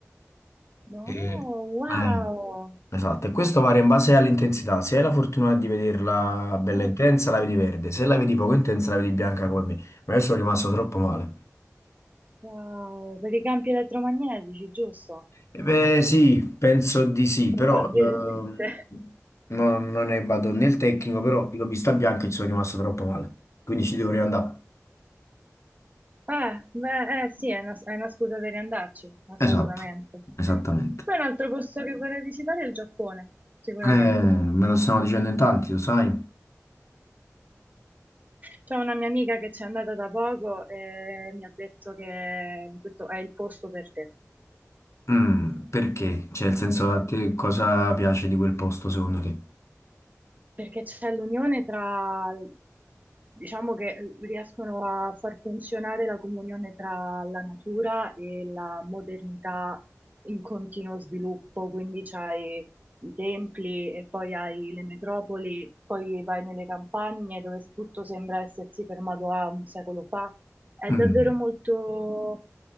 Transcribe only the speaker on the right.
no,
wow,
Eh,
wow, per i campi elettromagnetici, giusto?
probabilmente.
Ah, beh, eh, sì, è una, è una scusa per andarci, assolutamente.
Poi un altro posto che vorrei visitare è il Giappone, sicuramente.
C'è una mia amica che c'è andata da poco e mi ha detto che questo è il posto per te.
perché c'è l'unione tra, diciamo che riescono a far funzionare la comunione tra la natura e la modernità in continuo sviluppo, quindi c'hai i templi e poi hai le metropoli, poi vai nelle campagne dove tutto sembra essersi fermato a un secolo fa. È
davvero molto...